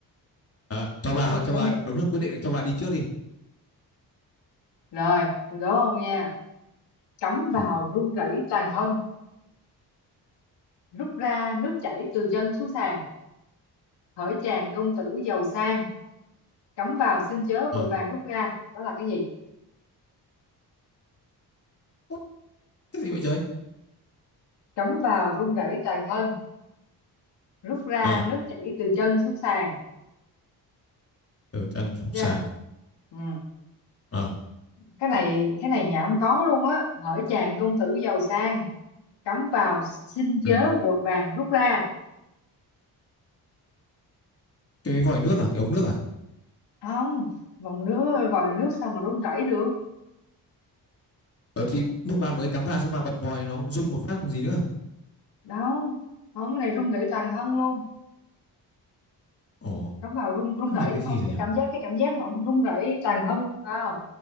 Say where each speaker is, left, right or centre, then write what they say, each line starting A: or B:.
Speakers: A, on the left; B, on the left.
A: à, cho bà
B: Nhớ-
A: cho
B: nhớ
A: bà
B: đi.
A: lúc quyết định là cho bà đi trước đi
B: rồi từ đó ông nha cắm
A: ừ.
B: vào run rẩy toàn thân rút ra nước chảy từ chân xuống sàn hỡi chàng công tử giàu sang cắm vào xin chớ
A: à.
B: vội vàng rút ra đó là cái gì
A: Út, cái gì vậy trời
B: cắm vào run rẩy toàn thân rút ra
A: ờ
B: nước chảy từ chân xuống sàn
A: từ chân xuống
B: Đúng
A: sàn
B: chưa ừ.
A: ờ
B: cái này cái này nhà ông có luôn á hỡi chàng công tử giàu sang cắm vào xin
A: ừ.
B: chớ vội vàng rút ra
A: cái vòi nước à cái ống nước à
B: không vòng nước vòi nước sao mà run rẩy được
A: ờ thì lúc bà mới cắm vào xong bà bật vòi nó rung một phát còn gì nữa
B: đâu không cái này rung rẩy toàn thân luôn
A: ồ
B: cắm vào rung rung
A: đó
B: rẩy
A: là cái gì
B: ông
A: rồi
B: cái
A: nhỉ
B: cảm giác cái cảm giác mà ông rung rẩy toàn thân luôn phải không